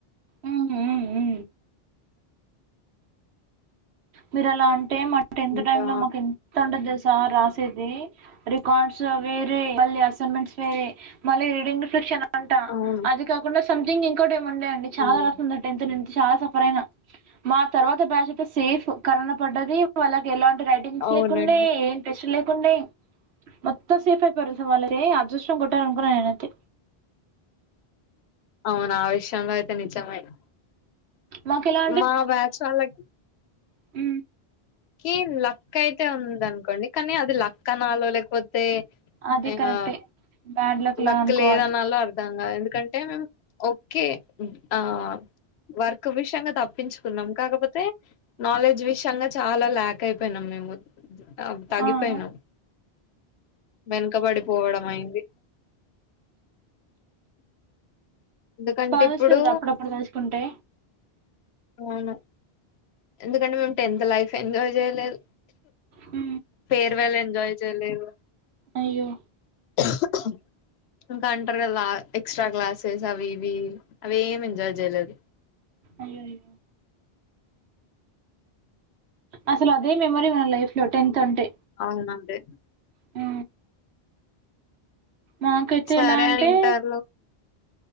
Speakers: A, on the right (about 85°); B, on the left (about 80°).
A: ఉ ఊ ఊ మీరు అలా అంటే మా టెన్త్
B: ఇంకా
A: టై లో మాకు ఎంత ఉంటంది తెలుసా రాసేది రికార్డ్స్ వేరే మళ అసైన్మెంట్స్ వేరే మళ్ళీ రీడింగ్ ఫక్షన్ అంటా
B: అవును
A: అది కాకుండా సంథింగ్ ఇంకోటి ఏమి ఉండే అండి చాలా
B: అవును
A: రాస ఉంది టెన్త్ నుంచి చాలా సఫర్ అయినా మా తర్వాత బ్యాచ్ అయితే సేఫ్ కరోనా పడ్డది వాళ్ళకి ఎలాంటి రైట్ థింగ్స్
B: అవునండి
A: లేకుండే ప్రెషన్ లేకుంటె మొత్తం సేఫ్ అయిపోరు వాళ్ళతే అదృష్టం కొట్టాలే అనుకున్నాను నేనైతే
B: అవునా ఆ విషయంగా అయితే ఇన్ నిజమైన
A: మాకెలా
B: మా బ్యాచ్ వాళ్ళకి
A: ఉ
B: కి లక్కు అయితే ఉంద అనుకోండి కానీ అది లక్కు అనాలో లేకపోతే
A: అది
B: అయినా
A: కరెక్టే. బ్యాడ్ లక్‌లా
B: లక్కు
A: అనుకోవాలి.
B: లేదనాలో అర్ధాంగా ఎందుకంటే అంటే మేము ఓకే ఆ వర్క్ విషయంగా తప్పించుకున్నాం కాకపోతే నాలెడ్జ్ విషయంగా చాలా ల్యాక్ అయిపోయినాం మేము తగ్గిపోయినా
A: ఆ! ఆ!
B: వెనుకబడిపోవడం అయింది ఎందుకంటే
A: బాధ
B: ఇప్పుడు
A: వస్తుంది కదా అప్పుడప్పుడు తలుసుకుంటే
B: అవును ఎందుకంటే మేము టెన్త్ లైఫ్ ఎంజాయ్ చేయలేదు
A: ఉ
B: ఫేర్వెల్ ఎంజాయ్ చేయలేదు
A: అయ్యో
B: దగ్గు సౌండ్ ఇంకా అంటారు కలా ఎక్స్ట్రా క్లాసెస్ అవి ఇవి అవి ఏమి ఎంజాయ్ చేయలేదు
A: అయ్యయ్యో అసలు అదే మెమరీ మన లైఫ్ లో టెన్త్ అంటే
B: అవునండి
A: ఆ మాకైతే
B: సరే
A: ఎలా అంటే
B: అని ఇంటర్ లో